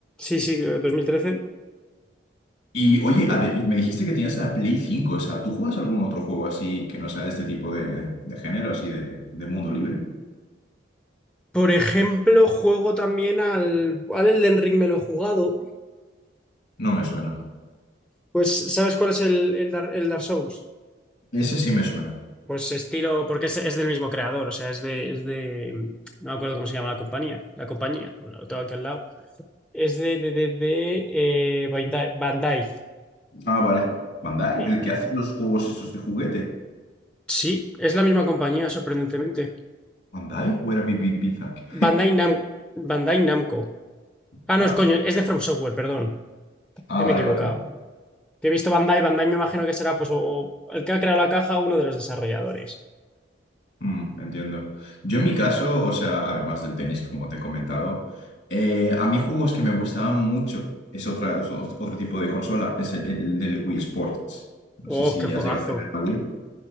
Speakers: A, in the centre; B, on the left.
A: Sí, sí, eh, dos mil trece.
B: Y oye, ade- y me dijiste que tenías la Play cinco o sea, ¿tú juegas algún otro juego así que no sea de este tipo de, de género, así de, de mundo libre?
A: Por ejemplo, juego también al, al Elden Ring, me lo he jugado.
B: No me suena.
A: Pues, ¿sabes cuál es el, el Dar- el Dark Souls?
B: Ese sí me suena.
A: Pues estilo, porque es, es del mismo creador, o sea, es de, es de, no me acuerdo cómo se llama la compañía, la compañía, bueno, lo tengo aquí al lado, es de, de, de, de, eh, Bandai. Bandai.
B: Ah, vale. ¿Bandai?
A: Eh,
B: ¿El que hace los juegos esos de juguete?
A: Sí, es la misma compañía, sorprendentemente.
B: ¿Bandai? ¿O era BB Bizak?
A: Bandai Nam, Bandai Namco. Ah,
B: Ah,
A: no, es coño, es de From Software, perdón,
B: ah,
A: que
B: vale,
A: me he equivocado.
B: vale.
A: Que he visto Bandai, Bandai me imagino que será pues o, o el que ha creado la caja, uno de los desarrolladores.
B: Mm, entiendo. Yo en mi caso, o sea, además del tenis, como te he comentado, eh, a mí juegos que me gustaban mucho, es otra, es otro tipo de consola, es el, el del Wii Sports. No
A: Oh,
B: sé si
A: qué juegazo.
B: has llegado a tener la Wii.